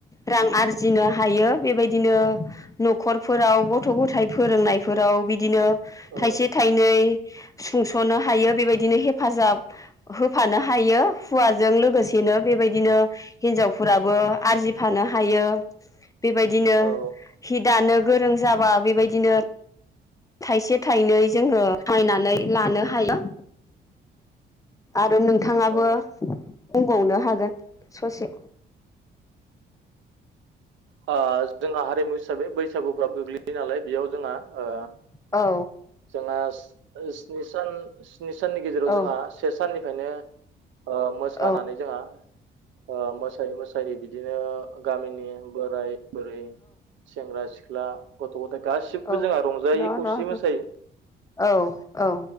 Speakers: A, on the left (about 15°); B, on the right (about 75°).
A: रां आरजिनो हायो बेबायदि बिदिनो न'खरफोराव गथ' गथाय फोरोंनायफोराव बिदिनो
B: औ
A: थाइसे थाइनै सुंस'नो हायो बेबायदिनो हेफाजाब होफानो हायो हौवाजों लोगोसे दिनो बेबायदिनो हिनजावफोराबो आरजिफानो हायो बेबायदिनो
B: औ
A: हि दानो गोरों जाबा बेबायदिनो थाइसे थाइनै जोंङो बायनानै लानो हायो। आरो नोंथांङाबो
B: औ
A: बुंबावनो हागोन ससे
B: ओ जोंहा हारिमु हिसाबै बैसागुफ्राबो गोग्लैयो नालाय बेयाव जोंहा ओ
A: औ
B: जोंहा स्नि सान ‌सिनि साननि गेजेराव
A: औ
B: जोंहा से साननि फ्रायनो ओ मोसानानै
A: औ
B: जोंहा ओ मोसायै मोसायै बिदिनो गामिनि बोराय बुरि सेंग्रा- सिख्ला गथ' गथय गासिबो
A: औ
B: जोंहा रंजायै
A: र'
B: खौसेयै
A: र'
B: मोसायो ।
A: औ औ